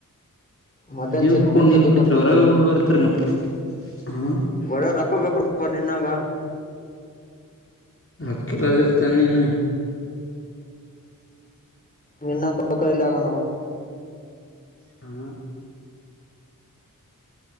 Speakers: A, on the left; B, on the left.
A: ಮಟನ್
B: ನೀವ್
A: ಚಿಖನ್
B: ಕುೂಡ್ ನೀರ್
A: ಚಿಕನ್
B: ಕುಡಿತರಿ
A: ತಿಂದ್ವಿ
B: ಹೊರಗೆ ಉಂಡ್ ಬರ್ತೀರಿ ನೀವು ಹ
A: ಬಹ್ಳ ರೊಕ್ಕ ಬೇಕಪ್ಪ ನಿನ್ನಂಗ
B: ಹಕ್ಕಿಲಾರ್ದಿರ್ ತನ್ ನೀನು
A: ನಿನ್ನ <inaudible> ಸೋಕ ಇಲ್ಲ ನಾವು
B: ಹ್ಮು